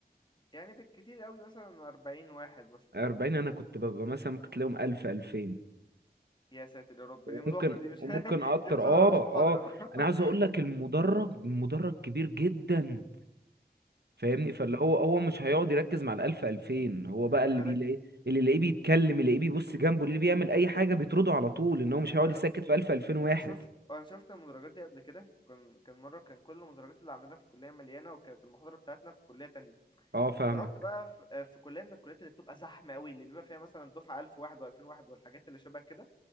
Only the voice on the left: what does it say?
يعني بالكتير قوي مثلا 40 واحد مثلا
يا ساتر يا رب
دي مظاهرة دي مش
<laughs>
دي مظاهرة
مش محاضرة
<laughs>
يا ساتر
خلي
بالك
آه،
انا شفت انا شفت المدرجات دي قبل كده كان كان مره كان كل المدرجات اللي عندنا في الكليه مليانه وكانت المحاضره بتاعتنا في كليه تانية
فرحت بقى في, آه، في كليه من الكليات اللي بتبقى زحمه قوي اللي بيبقى فيها مثلا دفعه 1000 واحد و2000 واحد والحاجات اللي شبه كده